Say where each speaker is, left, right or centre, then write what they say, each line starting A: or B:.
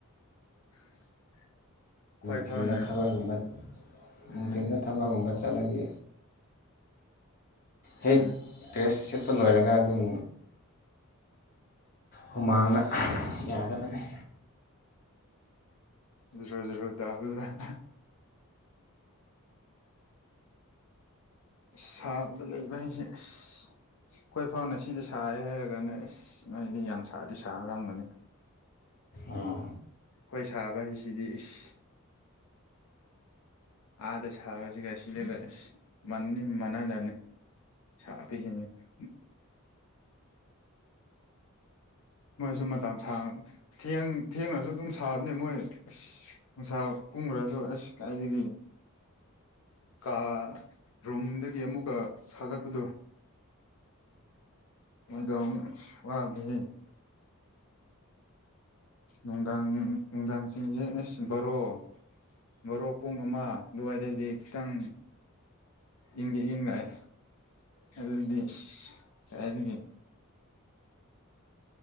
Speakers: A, on the left (about 75°); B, on the left (about 40°).
A: <inaudible>
B: ꯊꯤꯟꯗ
A: ꯐꯥꯎꯅ
B: ꯊꯕꯒꯨꯝꯕꯠ
A: ꯎꯝ
B: ꯅꯨꯡꯊꯤꯟꯗ ꯊꯕꯒꯨꯝꯕ ꯆꯠꯂꯗꯤ ꯍꯦꯛ
A: ꯎꯝ
B: ꯇ꯭ꯔꯦꯁ ꯁ‌ꯦꯠꯄ ꯂꯣꯏꯔꯒ ꯑꯗꯨꯝ ꯍꯨꯃꯥꯡꯅꯛ ꯌꯥꯗꯕꯅ‌ꯦ
A: ꯖ‌ꯣꯔꯣ ꯖ‌ꯣꯔꯣ ꯇꯥꯕ ꯗꯨꯅ ꯁꯥꯕꯗ ꯂꯩꯕ ꯍꯥꯏꯁꯦ ꯑꯁ ꯈ‌ꯣꯏ ꯐꯥꯎꯅ ꯁꯤꯗ ꯁꯥꯌ‌ꯦ ꯍꯥꯏꯔꯒꯅ‌ꯦ ꯑꯁ ꯅ‌ꯣꯏꯗꯤ ꯌꯥꯝ ꯁꯥꯗꯤ ꯁꯥ ꯔꯝꯒꯅꯤ
B: ꯑꯥ
A: ꯈꯣꯏ ꯁꯥꯕ ꯍꯩꯁꯤꯗꯤ ꯏꯁ ꯑꯥꯗ ꯁꯥꯕꯖꯤꯒ ꯁꯤꯗꯒ ꯑꯁ ꯃꯥꯟꯗꯤ ꯃꯥꯟꯅꯗꯝꯅ‌ꯦ ꯁꯥꯕ ꯍ‌ꯦꯟꯕꯩ ꯃꯣꯏꯁꯨ ꯃꯇꯝ ꯁꯥꯡ ꯊꯦꯡ ꯊꯦꯡꯅꯖꯨ ꯑꯗꯨꯝ ꯁꯥꯕꯅꯦ ꯃꯣꯏ ꯑꯁ ꯅꯨꯡꯁꯥ ꯀꯨꯝꯃꯨꯔꯒ ꯑꯁ ꯀꯥꯏꯗꯒꯤ ꯀꯥ ꯔꯨꯝꯗꯒꯤ ꯑꯃꯨꯛꯀ ꯁꯥꯒꯠꯄꯗꯨ <unintelligible> ꯋꯥꯕꯅꯦꯍꯦ ꯅꯨꯡꯗꯥꯡ ꯅꯨꯡꯗꯥꯡꯁꯤꯡꯁꯦ ꯑꯁ ꯕꯥꯔꯣ ꯕꯥꯔꯣ ꯄꯨꯡ ꯑꯃ ꯑꯗꯨꯋꯥꯏꯗꯩꯩꯗꯤ ꯈꯤꯇꯪ ꯏꯪꯗꯤ ꯏꯪꯔꯛꯑꯦ ꯑꯗꯨꯗꯤ ꯏꯁ ꯀꯥꯏꯗꯒꯤ